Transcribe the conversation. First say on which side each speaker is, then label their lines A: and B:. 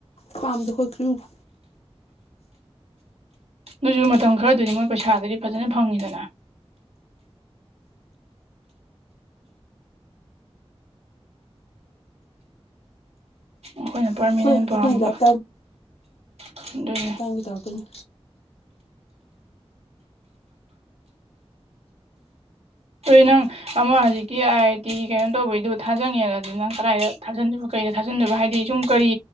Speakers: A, on the left; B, on the right.
A: ꯄꯥꯝꯗꯦ ꯑꯈꯣꯏ ꯀ꯭ꯔꯤꯌꯨꯒ
B: ꯑꯗꯨꯣꯏꯖꯨ ꯃꯇꯝ ꯈꯔꯗꯨꯗꯤ ꯃꯣꯏ ꯄꯩꯁꯥꯗꯨꯗꯤ ꯐꯖꯅ ꯐꯪꯉꯤꯗꯅ ꯑꯈꯣꯏꯅ ꯄꯥꯔꯃꯤꯅꯦꯟ
A: ꯑꯩꯈꯣꯏ
B: ꯄꯥꯝꯕ
A: ꯑꯩꯈꯣꯏꯅ ꯂꯥꯏꯞ
B: ꯑꯗꯨꯅꯦ
A: ꯅꯪꯒꯤ ꯇꯧꯔꯛꯇꯨꯏꯅꯤ
B: ꯇꯣꯏ ꯅꯪ ꯑꯃ ꯍꯧꯖꯤꯛꯀꯤ ꯑꯥꯏ ꯑꯥꯏ ꯇꯤꯒꯤ ꯀꯩꯅꯣ ꯇꯧꯕꯩꯗꯣ ꯊꯥꯖꯟꯉꯦꯅꯗꯤ ꯅꯪ ꯀꯗꯥꯏꯗ ꯊꯥꯖꯤꯟꯗꯣꯏꯕ ꯀꯩꯗ ꯊꯥꯖꯤꯟꯗꯣꯏꯕ ꯍꯥꯏꯗꯤ ꯁꯨꯝ ꯀꯔꯤ